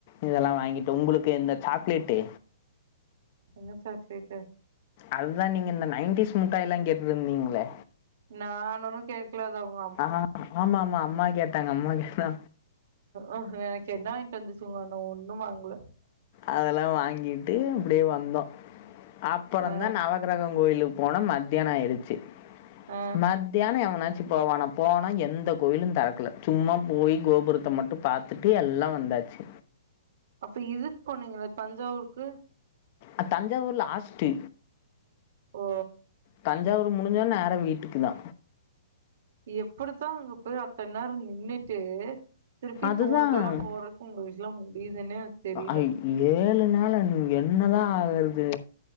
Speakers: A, on the left; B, on the right.
A: இதெல்லா வாங்கிட்டு உங்குளுக்கு இந்த சாக்லேட்டு
B: என்ன சாக்லேட்டு
A: அதுதா நீங்க இந்த நைன்டிஸ் முட்டாய்லா கேட்டுட்ருந்தீங்ளே
B: நான் ஒன்னு கேக்கல அது அவுங்க
A: அஹ ஆமா ஆமா அம்மா கேட்டாங்க அம்மா கேட்டா
B: உஉ எனக்கு என்ன வாங்கிட்ட வந்த சொன்ன ஒண்ணு வாங்கல
A: அதெல்லா வாங்கிட்டு அப்டியே வந்தோ அப்புறந்தா
B: ஆ
A: நவகிரக கோயிலுக்கு போனோ மத்தியான ஆயிருச்சி
B: ஆ
A: மத் தியான எவனாச்சும் போவானா போனா எந்த கோயிலு தொறக்கல சும்மா போய் கோபுரத்த மட்டும் பாத்துட்டு எல்லா வந்தாச்சி
B: அப்ப இதுக்கு போனீங்களா தஞ்சாவூர் க்கு
A: அ தஞ்சாவூர் லாஸ்ட்டு
B: ஓ
A: தஞ்சாவூர் முடிஞ்சா நேர வீட்டுக்குதா
B: எப்படித்தா அங்க போய் அத்த நேர நின்னுட்டு திருப்பி
A: அதுதா
B: டூருக்கெல்லா போற உங்களுக்குலா முடியுதுன்னே தெரில
A: அ ஏழு நாளு என்னதா ஆகர்து